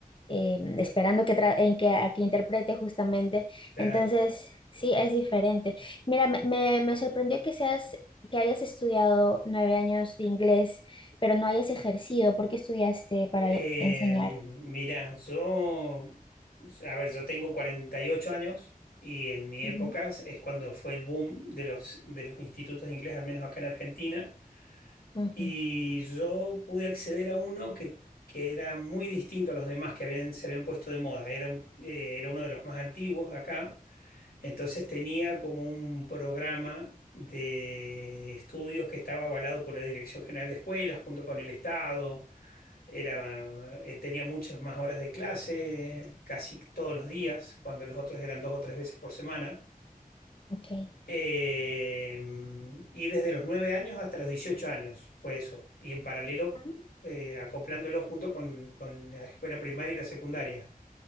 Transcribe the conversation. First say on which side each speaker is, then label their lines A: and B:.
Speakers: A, on the left; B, on the left.
A: em, esperando que tra- en que, a que interprete justamente.
B: Claro.
A: Entonces, sí, es diferente. Mira, me, me, me sorprendió que seas... que hayas estudiado nueve años de inglés, pero no hayas ejercido. ¿Por qué estudiaste para
B: Eh,
A: enseñar?
B: mira, yo, a ver, yo tengo cuarenta y ocho años y en mi época
A: Ujú,
B: es cuando fue el boom de los, de los institutos de inglés, al menos acá en Argentina,
A: ujú.
B: y yo pude acceder a uno que, que era muy distinto a los demás que habían, se habían puesto de moda. Era, un- eh, era uno de los más antiguos acá, entonces tenía como un programa de estudios que estaba avalado por la Dirección General de Escuelas junto con el Estado era, eh, tenía muchas más horas de clase, casi todos los días, cuando los otros eran dos o tres veces por semana.
A: Ok.
B: Eh, y desde los nueve años hasta los 18 años fue eso. Y en paralelo,
A: Ah.
B: eh, acoplándolo junto con, con la escuela primaria y la secundaria.